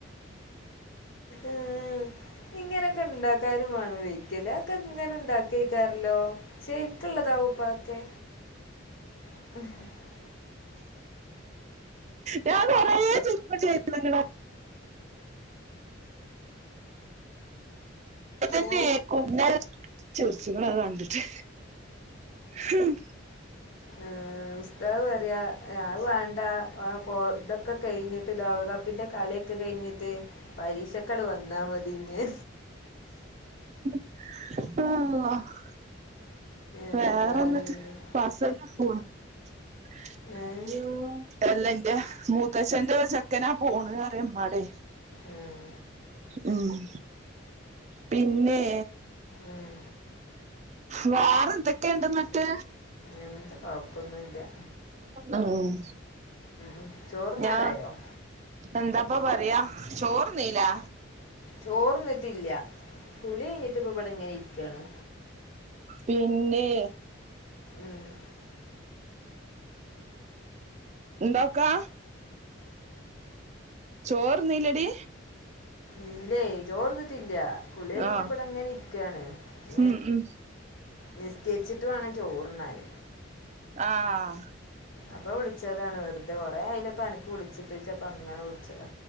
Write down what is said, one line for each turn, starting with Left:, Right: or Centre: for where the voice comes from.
Left: ആഹ്. ഇങ്ങനൊക്കെ ണ്ടാ ക്കാനുംവാണം വെയ്ക്കലേ. ക്ക ങ്ങനെ ണ്ടാക്കേക്കാറ്ല്ലോ? ശെരിക്ക്ള്ളതാവോ പ്പ അഒക്കെ. <unintelligible>
Right: ഞാ കുറേ ചിരിക്കും ചെയ്ത്ക്ക്‌ണ <unintelligible> തന്നേക്കും.
Left: ഓ
Right: ഞാ ചിർച്ചിക്ക്ണ് അഹ് കണ്ട്ട്ട്. ഹും
Left: ആഹ്. ഉസ്താഹ് പറിയാ ആഹ് അഅ് വേണ്ടാ. ആഹ് പ്പോ തൊക്കെ കയിഞ്ഞിട്ട് ലോക കപ്പ്ന്റെ കളിഒക്കെ കഴിഞ്ഞിട്ട് പരീക്ഷക്കട് വന്നാ മതീ ഞ്ഞേ
Right: <unintelligible>
Left: എന്താണ്
Right: വേറെന്ന്ട്ട്
Left: പിന്നെ
Right: ഫസലുവാ പോണ്. <unintelligible>
Left: ഏഹ്
Right: എല്ലന്റെ മൂത്തച്ഛന്റെ ഒര്ചെക്കനാ പോണ് അ റയാ മ്മാടേ
Left: ഉം
Right: ഉം. പിന്നേ
Left: ആഹ്
Right: വാറെ ന്തെക്കെണ്ട് ന്ന്ട്ട്
Left: എന്ത് കൊഴപ്പൊന്നും ല്ല്യ.
Right: ഉം.
Left: ഉം ചോറുണ്ണാറായോ
Right: ഞാ എന്താപ്പൊ പറിയാ. ചോറ്ന്നീലെ
Left: ചോറിന്നിട്ടില്ല്യ. കുളിയെഞ്ഞിട്ട് പ്പം വടെ ങ്ങനെ ഇര്ക്കാണ്.
Right: പിന്നേ?
Left: ആഹ്
Right: ന്താക്കാ. ചോറ് ന്നീല്ലെടി.
Left: ഇല്ലേയ്. ചോറ്ന്നിട്ടില്ല്യാ. കുളിയെ യിഞ്ഞിട്ട്
Right: ആഹ്
Left: ബടെങ്ങനെ ഇര്ക്കാണ്. ഞ്ഞ്
Right: ഉം ഉം
Left: നിസ്ക്കേര്ച്ച്ട്ട് വാണം ചോറ്ന്നാന്.
Right: ആഹ്
Left: അപ്പം വിൾച്ചതാണ്. വെർതെ കൊറേആയിലെ പ്പ അനക്ക് വിൾച്ചിട്ട്. ജഅപ്പങ്ങനെ വിൾച്ചതാ.